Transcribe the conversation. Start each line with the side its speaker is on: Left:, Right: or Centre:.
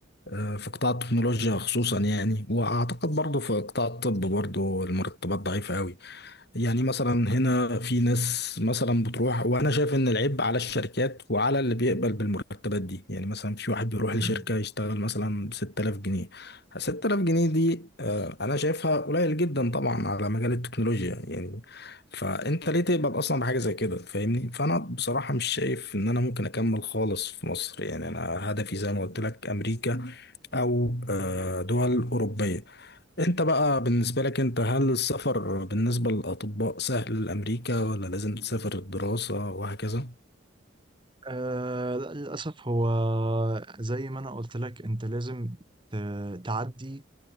Left: آه، في قطاع التكنولوجيا خصوصا يعني وأعتقد برضه في قطاع الطب برضه المرتبات ضعيفة أوي يعني مثلا هنا في ناس مثلا بتروح وانا شايف ان العيب على الشركات وعلى اللي بيقبل بالمرتبات دي يعني مثلا في واحد بيروح
Right: م-
Left: لشركة يشتغل مثلا ب 6000 جنيه 6000 جنيه دي آه، انا شايفها قليل جدا طبعا على مجال التكنولوجيا يعني فانت ليه تقبل اصلا بحاجة زي كده فاهمني فانا بصراحة مش شايف ان انا ممكن اكمل خالص في مصر يعني انا هدفي زي ما قلت لك امريكا او آه، دول اوروبية انت بقى بالنسبة لك انت هل السفر بالنسبة للأطباء سهل لأمريكا ولا لازم تسافر الدراسة وهكذا؟
Right: آه لا للأسف هو زي ما أنا قلت لك أنت لازم ت- تعدي